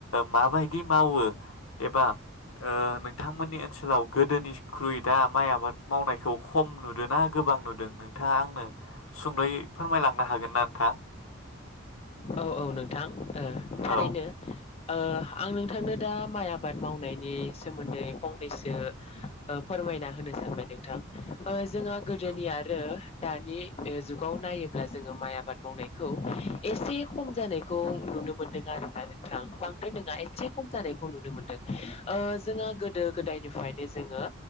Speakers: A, on the left; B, on the left.
A: माबायदि मावो एबा ओ नोंथांमोननि ओनसोलाव गोदोनिख्रुइ दा माइ आबाद मावनायखौ खम नुदों नुदों ना गोबां नुदों नोंथाङा आंनो सुंद'यै फोरमायलांनो हागोन ना नोंथां
B: औ औ नोंथां ओ थारैनो
A: औ
B: ओ आं नोंथांनो दा माइ आबाद मावनायनि सोमोन्दै फंनैसो ओ फोरमा मायना होनो सानबाय नोंथां ओज जोंहा गोदोनि
A: औ
B: आरो दानि ओ जुगाव नायोब्ला जोङो माइ आबाद मावनायखौ एसे खम जानायखौ नुनो मोनदों आरोना नोंथां बांद्राय नङा एसे खम जानायखौ नुनो मोनदों । ओ जोंहा गोदो गोदायनिफ्रायनो जोङो